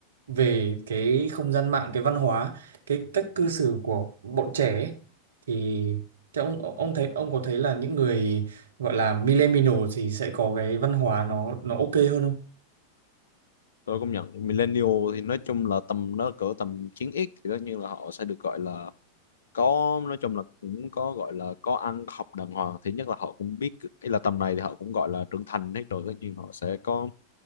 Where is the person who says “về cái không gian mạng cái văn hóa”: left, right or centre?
Right